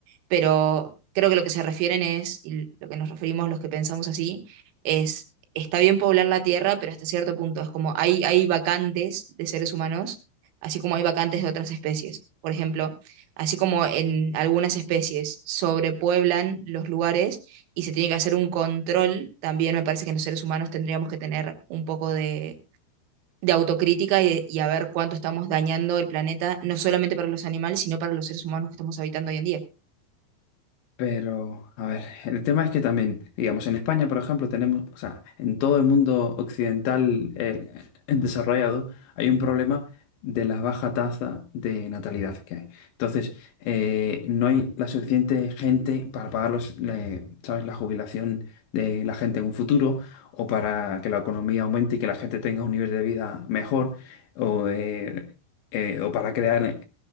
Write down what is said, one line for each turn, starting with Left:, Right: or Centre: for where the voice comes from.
Right: pero creo que lo que se refieren es, y lo que nos referimos los que pensamos así, es, está bien poblar la Tierra, pero hasta cierto punto es como hay, hay vacantes de seres humanos, así como hay vacantes de otras especies. Por ejemplo, así como en algunas especies sobrepueblan los lugares y se tiene que hacer un control, también me parece que los seres humanos tendríamos que tener un poco de, de autocrítica y, y a ver cuánto estamos dañando el planeta, no solamente para los animales, sino para los seres humanos que estamos habitando hoy en día.
Left: Pero, a ver, el tema es que también, digamos, en España, por ejemplo, tenemos, o sea, en todo el mundo occidental eh, en desarrollado, hay un problema de la baja tasa de natalidad que hay. Entonces, eh, no hay la suficiente gente para pagar los, le- ¿sabes? la jubilación de la gente en un futuro o para que la economía aumente y que la gente tenga un nivel de vida mejor o, eh, eh, o para crear